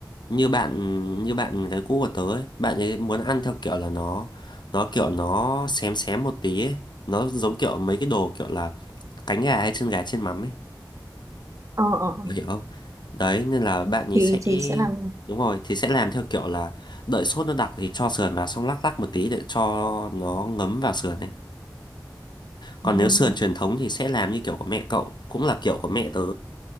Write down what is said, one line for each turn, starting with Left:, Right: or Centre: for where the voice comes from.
Left: như bạn như bạn cái cũ của tớ ấy, bạn ấy muốn ăn theo kiểu là nó nó kiểu nó xém xém một tí ấy. Nó giống kiểu mấy cái đồ kiểu là cánh gà hay chân gà chiên mắm ấy
Right: ờ ờ ờ.
Left: Bạn hiểu không đấy nên là bạn ấy
Right: thì
Left: sẽ
Right: thì sẽ làm
Left: đúng rồi thì sẽ làm theo kiểu là đợi sốt nó đặc thì cho sườn vào xong lắc lắc một tí để cho nó ngấm vào sườn ấy còn
Right: Ừ.
Left: nếu sườn truyền thống thì sẽ làm như kiểu của mẹ cậu cũng là kiểu của mẹ tớ